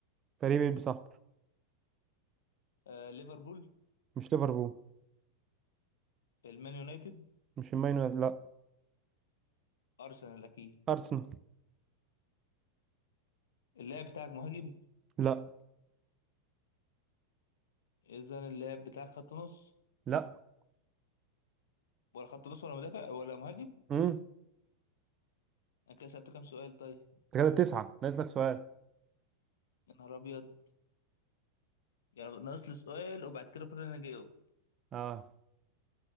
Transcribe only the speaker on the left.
آه، ليفربول
المان يونايتد
ارسنال اكيد
اللاعب بتاعك مهاجم
اذا اللاعب بتاعك خط نص
ولا خط نص ولا مدافع ولا مهاجم
انا كده سالته كام سؤال طيب
يا نهار ابيض يعني ناقص لي سؤال وبعد كده المفروض انا اجاوب